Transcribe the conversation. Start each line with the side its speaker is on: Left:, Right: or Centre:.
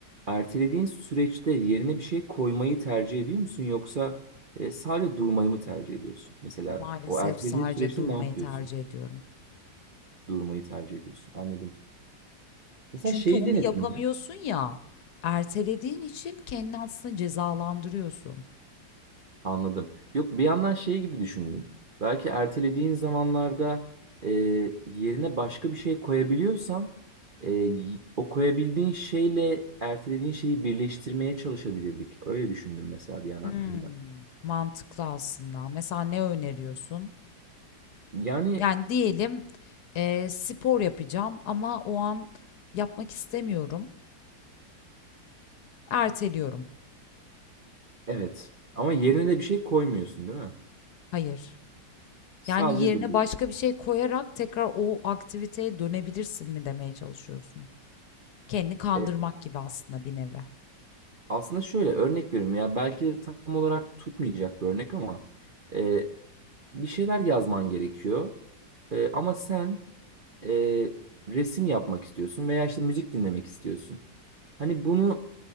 Right: Ertelediğin süreçte yerine bir şey koymayı tercih ediyor musun yoksa e, sadece durmayı mı tercih ediyorsun? Mesela
Left: Maalesef
Right: o ertelediğin
Left: sadece
Right: süreçte
Left: durmayı
Right: ne yapıyorsun?
Left: tercih ediyorum.
Right: Durmayı tercih ediyorsun. Anladım. Mesela
Left: Çünkü
Right: şeyi
Left: onu
Right: denedin
Left: yapamıyorsun
Right: mi?
Left: ya, ertelediğin için kendini aslında cezalandırıyorsun.
Right: Anladım. Yok bir yandan şey gibi düşündüm. Belki ertelediğin zamanlarda e, yerine başka bir şey koyabiliyorsan e, y- o koyabildiğin şeyle ertelediğin şeyi birleştirmeye çalışabilirdik. Öyle düşündüm mesela bir an
Left: Hmm,
Right: aklımda.
Left: mantıklı aslında. Mesela ne öneriyorsun?
Right: Yani
Left: Yani diyelim eee, spor yapacağım ama o an yapmak istemiyorum. Erteliyorum.
Right: evet ama yerine de bir şey koymuyorsun değil mi?
Left: Hayır.
Right: Sadece
Left: Yani, yerine
Right: duruyorsun.
Left: başka bir şey koyarak tekrar o aktiviteye dönebilirsin mi demeye çalışıyorsun? Kendini kandırmak
Right: E,
Left: gibi aslında bir nevi.
Right: aslında şöyle örnek veriyorum ya belki de tam olarak tutmayacak bir örnek ama e, bir şeyler yazman gerekiyor. E, ama sen e, resim yapmak istiyorsun veya işte müzik dinlemek istiyorsun. Hani bunu